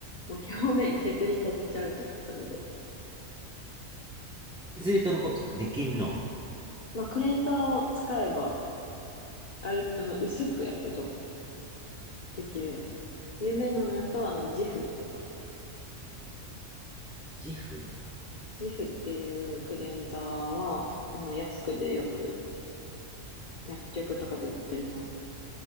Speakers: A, on the left; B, in the centre.
A: もう表面削り取っちゃうとか、それで。
B: 削り取ることできんの
A: まあ、クレンザーを使えば、ある、あの、薄くやけど、できるよ。有名なのやと、あの、ジフとか。
B: ジフ
A: ジフっていうクレンザーは、あの、安くでよく薬局とかで売ってるの。